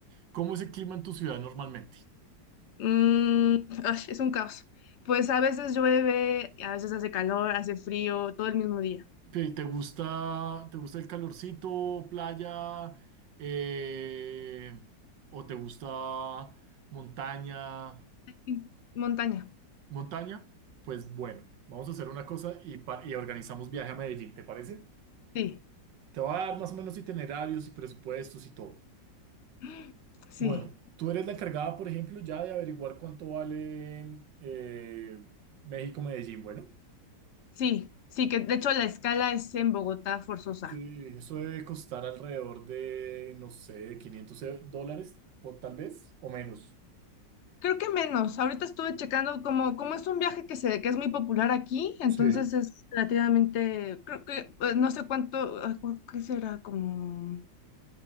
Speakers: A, on the right (about 75°); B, on the left (about 65°).
A: ¿Cómo es el clima en tu ciudad normalmente?
B: Mm, ay, es un caos. Pues a veces llueve, a veces hace calor, hace frío, todo el mismo día.
A: ¿Te, te gusta, te gusta el calorcito, playa, eh, o te gusta montaña?
B: Sí, montaña.
A: ¿Montaña? Pues bueno, vamos a hacer una cosa y, pa- y organizamos viaje a Medellín, ¿te parece?
B: Sí,
A: Te voy a dar más o menos itinerarios y presupuestos y todo.
B: <gasps> sí,
A: Bueno, tú eres la encargada, por ejemplo, ya de averiguar cuánto vale eh, México-Medellín. Bueno,
B: sí, sí, que de hecho la escala es en Bogotá forzosa.
A: sí, eso debe costar alrededor de, no sé, 500 e- dólares, por, tal vez, o menos.
B: Creo que menos. Ahorita estuve checando como, como es un viaje que se, que es muy popular aquí, entonces
A: Sí.
B: es relativamente, creo que pues, no sé cuánto, ay, cu- ¿qué será? Como